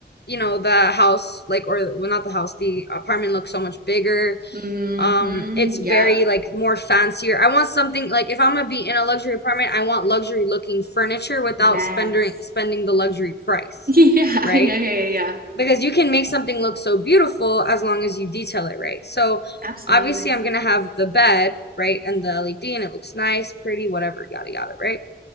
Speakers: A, on the left; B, on the right.
A: you know the house like or well not the house the apartment looks so much bigger
B: Mm-hmm.
A: um it's very
B: Yeah.
A: like more fancier i want something like if i'm gonna be in a luxury apartment i want luxury looking furniture without
B: Yes.
A: spending spending
B: <laughs>
A: the luxury price
B: Yeah,
A: right
B: yeah, yeah, yeah. yeah.
A: because you can make something look so beautiful as long as you detail it right so
B: Absolutely.
A: obviously i'm gonna have the bed right and the led and it looks nice pretty whatever yada yada right